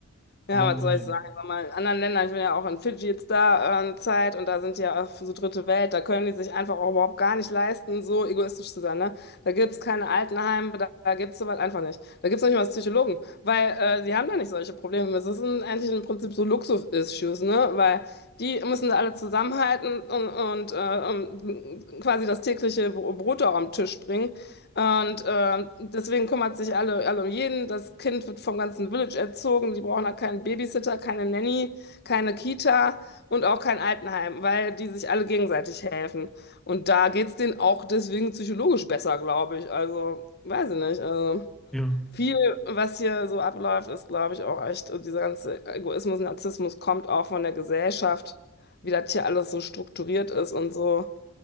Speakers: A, on the left; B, in the centre.
A: Ja,
B: Leider,
A: was soll
B: leider.
A: ich sagen? Sag mal, in anderen Ländern, ich bin ja auch in Fidschi jetzt da äh, eine Zeit und da sind die ja auch so dritte Welt, da können die sich einfach auch überhaupt gar nicht leisten, so egoistisch zu sein. Ne? Da gibt es keine Altenheime, da, da gibt es sowas einfach nicht. Da gibt es nicht mal Psychologen, weil äh, die haben da nicht solche Probleme. das ist ein, eigentlich im Prinzip so Luxus-Issues, ne? weil die müssen da alle zusammenhalten und, und äh, um, quasi das tägliche Brot auch am Tisch bringen. Und äh, deswegen kümmert sich alle, alle um jeden. Das Kind wird vom ganzen Village erzogen. Die brauchen da keinen Babysitter, keine Nanny, keine Kita und auch kein Altenheim, weil die sich alle gegenseitig helfen. Und da geht's denen auch deswegen psychologisch besser, glaube ich. Also, weiß ich nicht. Also,
B: Ja,
A: viel, was hier so abläuft, ist, glaube ich, auch echt, dieser ganze Egoismus, Narzissmus kommt auch von der Gesellschaft, wie das hier alles so strukturiert ist und so.